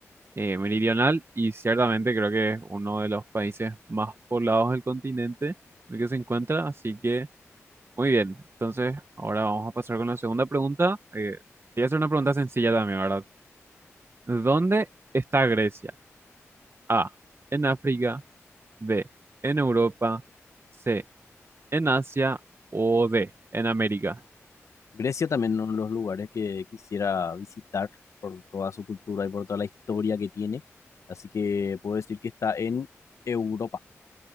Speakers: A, on the right; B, on the left.
A: eh, meridional y ciertamente creo que es uno de los países más poblados del continente en el que se encuentra, así que muy bien. Entonces, ahora vamos a pasar con la segunda pregunta. Eh, te voy a hacer una pregunta sencilla también, ¿verdad? ¿Dónde está Grecia? A, en África, B, en Europa, C, en Asia o D, en América.
B: Grecia también uno de los lugares que quisiera visitar por toda su cultura y por toda la historia que tiene. Así que puedo decir que está en Europa.